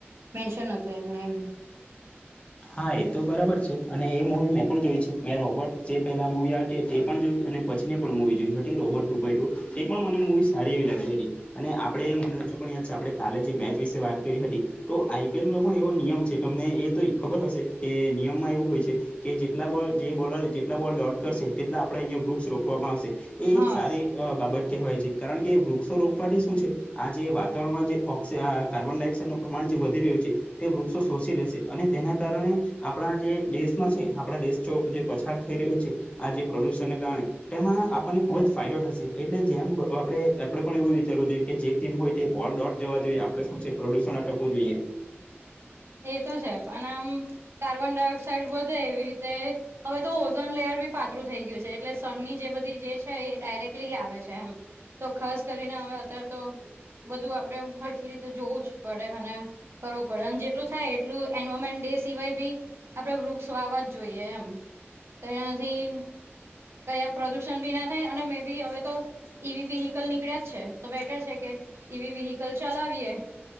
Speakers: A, on the right (about 70°); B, on the left (about 30°).
A: મેન્શન હતું એમાં એમ.
B: હા, એતો બરાબર છે અને એ મૂવી મેં પણ જોઈ છે. મેં રોબર્ટ જે પહેલા મુવી આવે તે પણ જોઈ અને પછીની પણ મૂવી જોઈ હતી રોબર્ટ ટુ પોઇન્ટ ઓ, એ પણ મને મૂવી સારી એવી લાગી હતી. અને આપડે મને હજુ પણ યાદ છે, આપડે કાલે જે મેચ વિશે વાત કરી હતી. તો આઈ પી એલ નો પણ એવો નિયમ છે તમને એ તો. ખબર હશે કે નિયમમાં એવું હોય છે કે જેટલા બોલ જે બોલર જેટલા બોલ ડોટ કરશે એટલે આપડા અહીયા વૃક્ષ રોપવામાં આવશે એ
A: હા
B: એક સારી બાબત કહેવાય છે કારણકે વૃક્ષો રોપવાથી શું છે આ જે વાત. વાતાવરણમાં જે ઓકસી અહ કાર્બન ડાયોક્સાઇડ નું પ્રમાણ જે વધી રહ્યું છે તે વૃક્ષો શોષી લેશે અને તેના કારણે આપડા જે દેશમાં છે આપડા દેશ જે પછાર થઈ રહ્યો છે. આ જે પ્રડ્યુશનને કારણે તેમાં આપણને ખુબજ ફાયદો થશે એટલે જેમ આપડે આપડે પણ એવું વિચારવું જોઈએ કે જે ટીમ હોય તે બોલ ડોટ જવા જોઈએ આપણે શું છે પ્રડ્યુશન અટકવું જોઈએ.
A: એતો છે પણ આમ કાર્બન ડાયોક્સાઇડ વધે એવી રીતે. હવે તો ઓઝોન લેયર બી પાતળું થઈ ગયું છે એટલે સન ની જે બધી જે છે એ ડાયરેક્ટલી આવે છે એમ. તો ખાસ કરીને હવે અત્યારે તો. બધું આપડે હળખી રીતે જોવું જ પડે અને કરવું પડે અને જે જેટલું થાય એટલું એન્વાયરમેન્ટ ડે સિવાય બી આપડે વૃક્ષ વાવા જ જોઈએ એમ. તેનાથી કયા પ્રદુષણ ભી ના થાય અને મે બી હવે તો ઈવી વેહીકલ નીકળ્યા જ છે તો બેટર છે, કે ઈવી વેહીકલ ચલાવીએ.